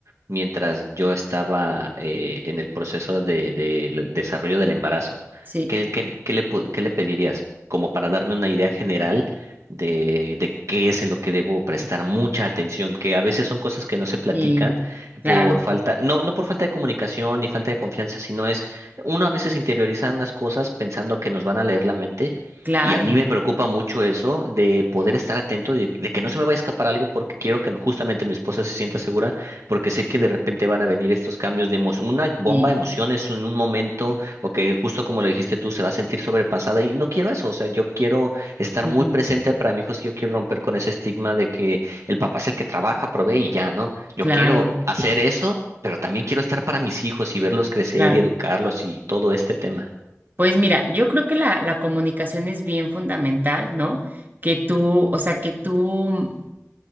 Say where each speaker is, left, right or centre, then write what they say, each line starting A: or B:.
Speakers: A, on the right; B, on the right.
A: mientras yo estaba eh, en el proceso de, de- del desarrollo del embarazo.
B: sí,
A: ¿Qué, qué, qué le, pu- qué le pedirías? Como para darme una idea general de, de qué es en lo que debo prestar mucha atención, que a veces son cosas que no se platican
B: sí, claro,
A: por falta, no, no por falta de comunicación ni falta de confianza, sino es uno a veces interioriza unas cosas pensando que nos van a leer la mente
B: claro,
A: y a mí me preocupa mucho eso de poder estar atento, de, de que no se me vaya a escapar algo porque quiero que justamente mi esposa se sienta segura porque sé que de repente van a venir estos cambios de emoción, una bomba
B: y
A: de emociones en un momento o que justo como lo dijiste tú se va a sentir sobrepasada y no quiero eso, o sea, yo quiero estar
B: ujú,
A: muy presente para mi hijo, es que yo quiero romper con ese estigma de que el papá es el que trabaja, provee y ya, ¿no? Yo
B: claro,
A: quiero hacer eso pero también quiero estar para mis hijos y verlos crecer
B: claro.
A: y educarlos y todo este tema.
B: Pues mira, yo creo que la, la comunicación es bien fundamental, ¿no? Que tú, o sea, que tú